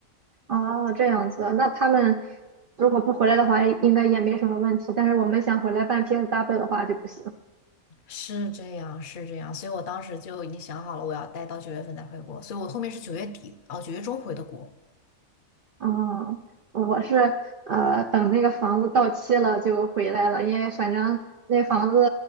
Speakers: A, on the right (about 60°); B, on the left (about 45°).
A: 哦，这样子，那他们如果不回来的话，应该也没什么问题。但是我们想回来办 PSW 的话就不行。
B: 是这样，是这样，所以我当时就已经想好了，我要待到九月份再回国，所以我后面是九月底，哦，九月中回的国。
A: 嗯，我是呃等那个房子到期了就回来了，因为反正那房子